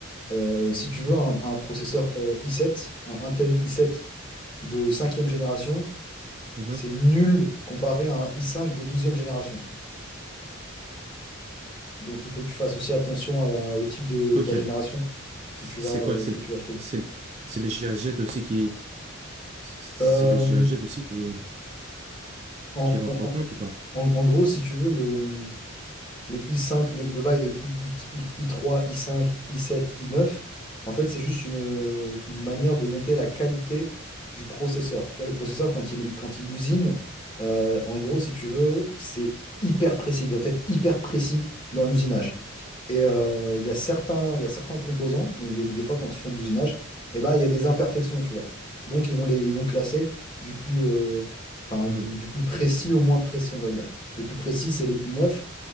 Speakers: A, on the left; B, on the right.
A: Euh, si tu veux un, un processeur euh, i7, un Intel i7 de cinquième génération,
B: Mhm.
A: c'est nul comparé à un i5 de douzième génération. Donc il faut que tu fasses aussi attention à la- au type de,
B: Ok.
A: de la génération
B: C'est
A: que tu vas,
B: c'est
A: euh,
B: quoi? C'est
A: que tu vas acheter.
B: c'est c'est les GHZ aussi qui c'est
A: Euh,
B: les GHZ aussi qui
A: en,
B: qui rentrent
A: en- en-
B: en compte ou pas?
A: en- en gros, si tu veux, le, le i5, le, le bail de I, I, 3 i5, i7, i9, en fait, c'est juste une, une manière de noter la qualité du processeur. Tu vois, le processeur, quand il, quand il usine, euh, en gros, si tu veux, c'est hyper précis. Il doit être hyper précis dans l'usinage. Et euh, il y a certains, il y a certains composants, donc des, des fois, quand ils font de l'usinage, eh ben, il y a des imperfections, tu vois. Donc, ils vont les, ils vont classer du plus, euh, enfin,
B: Hmm.
A: du, du plus précis au moins précis, on va dire. Le plus précis, c'est le i9.